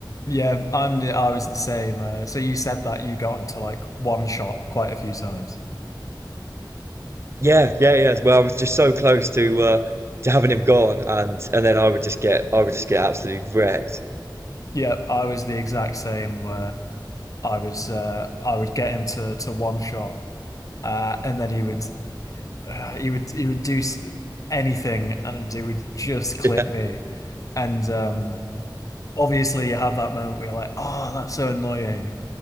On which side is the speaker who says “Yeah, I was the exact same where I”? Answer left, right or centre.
Left